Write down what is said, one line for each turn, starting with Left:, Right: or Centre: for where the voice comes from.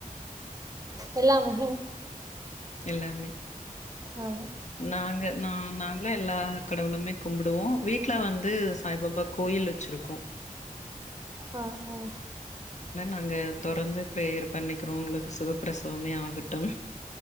Right: எல்லாமே
Left: எல்லாமே
Right: ஆமா
Left: நாங்க நா நாங்களு எல்லா கடவுளுமே கும்புடுவோ வீட்டுல வந்து சாய்பாபா கோயில் வெச்சிருக்கோ
Right: ஆஹ் ஆஹ்
Left: நாங்க தொறந்து பிரேயர் பண்ணிக்கிறோம். உங்களுக்கு சுகப்பிரசவமே ஆகட்டும்.